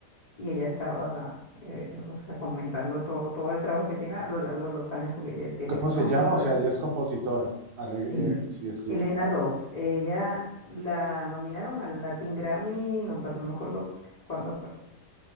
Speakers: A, on the left; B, on the right.
A: y ella estaba, eh, o sea, comentando todo, todo el trabajo que tiene a lo largo de los años, porque ya tiene
B: ¿Cómo
A: unos
B: se llama?
A: añitos.
B: O sea,
A: de-
B: ella es compositora, arre-
A: Sí,
B: eh, sí, escritora.
A: Elena Rose. Ella la nominaron al Latin Grammy, no, pero no me acuerdo cuándo fue.